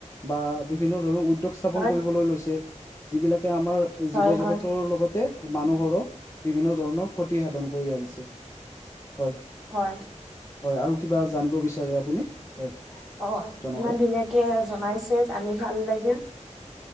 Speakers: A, on the left; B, in the centre.
A: বা বিভিন্ন ধৰণৰ উদ্যোগ স্থাপন
B: হয়,
A: কৰিবলৈ লৈছে। যিবিলাকে আমাৰ
B: হয়,
A: জীৱ জগতৰ
B: হয়,
A: লগতে মানুহৰো বিভিন্ন ধৰণৰ ক্ষতি সাধন কৰি আহিছে। হয়!
B: হয়।
A: হয় আৰু কিবা জানিব বিচাৰে আপুনি? হয়!
B: অ'
A: জনাব
B: ইমান ধুনীয়াকে জনাইছে জানি ভাল লাগিল।